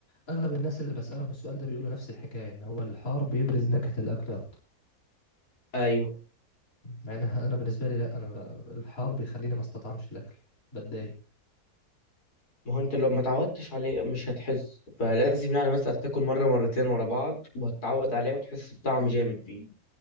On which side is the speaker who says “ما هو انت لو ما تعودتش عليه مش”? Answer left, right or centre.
Left